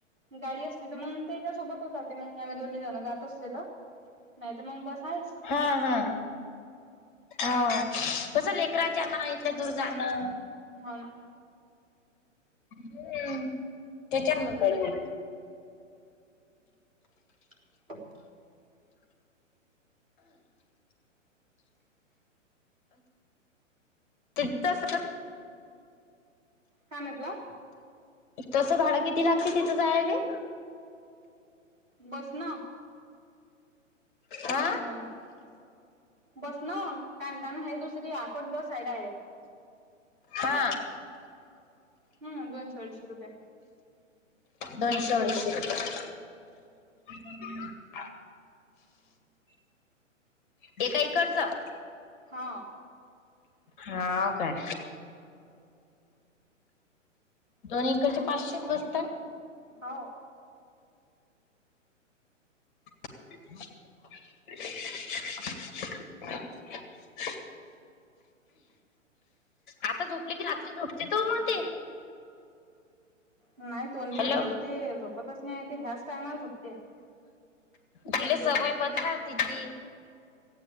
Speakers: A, on the right; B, on the left.
A: गाडी असली तर, मग तेच्यासोबत जाते मग दोन्ही जण जात असले तर नाही तर मग बस आहेस.
B: हा, हा, हा, कस लेकराच्या ना इथलं दूर जाणं.
A: हो ना.
B: हम्म, त्याच्यात म्हणतोय मी.
A: <unintelligible>
B: तित्त असं कर
A: काय म्हटलं?
B: तस भाडं किती लागत तिथं जाय ते?
A: बस ना
B: हा
A: अय बस ना पॅन्ट आणि हाय दुसरी आकोट बस आहे डायरेक्ट
B: हा.
A: हम्म दोनशे अडीशे रुपये.
B: दोनशे अडीशे रुपये. <unintelligible> दे का इकडचं
A: हा
B: हावं काय? दोन इकडचे पाचशेच बसता
A: हाव
B: <unintelligible> आता झोपली की रात्री झोपते का ओ मंग ती
A: नाय दोन दिवस
B: हॅलो
A: झाले ते झोपतच नाय ती ह्याच टायमाला झोपते. दोन
B: तिला
A: दिवस
B: सवय
A: झाले.
B: बदला तिची